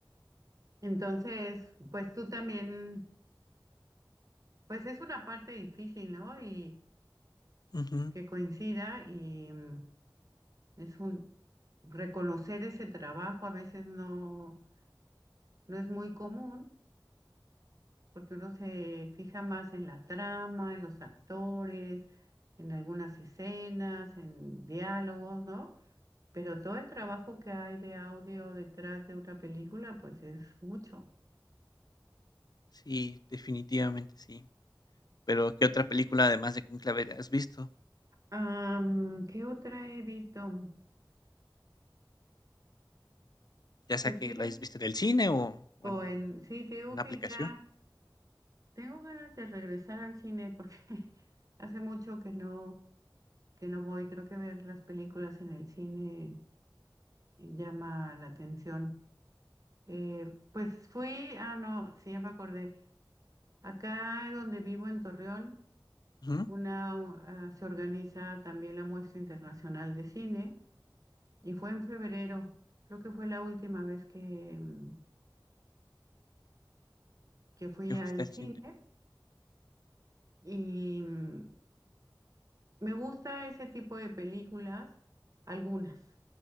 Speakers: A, on the right; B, on the left.
A: Entonces, pues tú también, pues es una parte difícil, ¿no? Y
B: Ujú.
A: que coincida y mm, es un reconocer ese trabajo a veces no, no es muy común. porque uno se fija más en la trama, en los actores, en algunas escenas, en diálogos, ¿no? Pero todo el trabajo que hay de audio detrás de una película, pues es mucho.
B: Sí, definitivamente sí. Pero, ¿qué otra película, además de Conclave has visto?
A: Am, ¿qué otra he visto?
B: Ya sea
A: Pues
B: que
A: sí,
B: la hayas visto en el cine o, o
A: o
B: en
A: en, sí, te digo
B: una
A: que
B: aplicación.
A: ya tengo ganas de regresar al cine porque <laughs> hace mucho que no, que no voy. Creo que ver las películas en el cine llama la atención. Eh, pues fui, ah, no, sí, ya me acordé. Acá donde vivo en Torreón,
B: Ujú,
A: una, u- ah, se organiza también la muestra internacional de cine y fue en febrero. Creo que fue la última vez que, mm, que fui
B: que
A: al
B: fuiste al
A: cine
B: cine.
A: y mm, me gusta ese tipo de películas, algunas,